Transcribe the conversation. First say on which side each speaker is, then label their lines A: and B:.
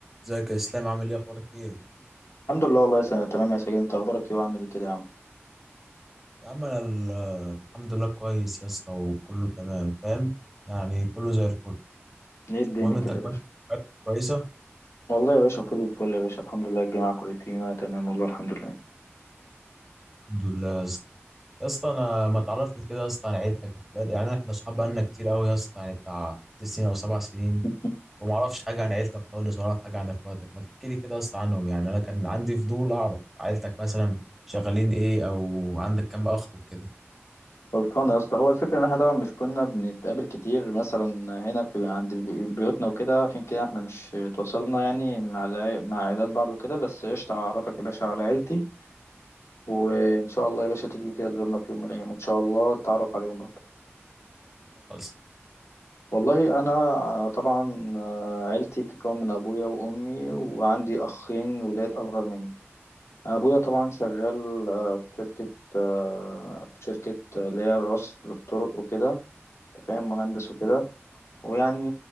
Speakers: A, in the centre; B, on the left.
A: ازيك يا اسلام عامل ايه اخبارك ايه
B: الحمد لله والله يا سنة تمام يا سجين انت اخبارك ايه وعامل ايه كده يا عم
A: يا عم انا ال- الحمد لله كويس يا اسطى وكله تمام فاهم يعني كله زي الفل
B: ايه الدنيا
A: المهم انت
B: كده
A: كويس
B: يا باشا
A: عيلتك كويسه
B: والله يا باشا فل الفل يا باشا الحمد لله الجماعة كويسين وانا تمام والله الحمد لله
A: الحمد لله يا اسطى يا اسطى انا ما تعرفني كده يا اسطى عن عيلتك بقى- يعني احنا اصحاب بقالنا كتير قوي يا اسطى يعني بتاع ست سنين او سبع سنين
B: <laughs>
A: وما اعرفش حاجه عن عيلتك خالص ولا اعرف حاجه عن اخواتك ما تحكي لي كده يا اسطى عنهم يعني انا كان عندي فضول اعرف عيلتك مثلا شغالين ايه او عندك كام اخ وكده
B: غلطان يا اسطى هو الفكرة ان احنا طبعا مش كنا بنتقابل كتير مثلا هنا في عند بي- بيوتنا وكده عشان كده احنا مش تواصلنا يعني مع الع- مع عائلات بعض وكده بس قشطة هعرفك يا باشا على عيلتي وان شاء الله يا باشا تيجي كده تزورنا في يوم من الايام ان شاء الله تتعرف عليهم برضه
A: خلاص
B: والله انا طبعا آه، عيلتي بتتكون من ابويا وامي وعندي اخين ولاد اصغر مني ابويا طبعا شغال آه، في شركه آه، في شركه آه، اللي هي الرصف للطرق وكده أنت فاهم مهندس وكده ويعني